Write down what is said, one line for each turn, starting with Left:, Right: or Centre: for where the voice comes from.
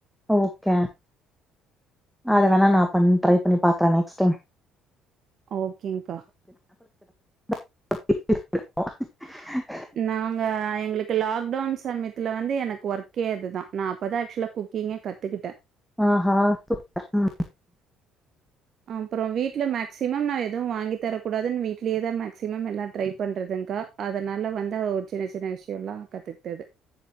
Centre: ஓகே அத வேணா நான் பண் ட்ரை பண்ணி பாக்குறே நெக்ஸ்ட் டைம்
Right: ஓகேங்க்கா
Centre: <unintelligible>
Right: நாங்க எங்களுக் க்க லாக்டவுன் சமயத்துல வந்து எனக்கு ஒர்க்கே அதுதா நா அப்பதா ஆக்சுவலா குக்கிங்கே கத்துக்கிட்டே
Centre: ஆஹா <unintelligible> ம்
Right: அப்புறோம் வீட்ல மேக்சிமம் நான் எதுவும் வாங்கி தர கூடாதுன்னு வீட்லயேதான் மேக்சிமம் எல்லாம் ட்ரை பண்றதுங்க்கா அதனால வந்தா ஒரு சின்ன சின்ன விஷயோல்லா கத்துக்ட்டது